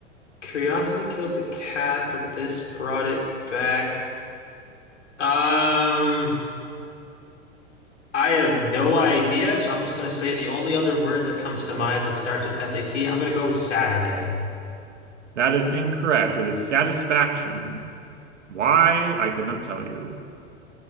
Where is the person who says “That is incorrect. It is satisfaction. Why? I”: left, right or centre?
Right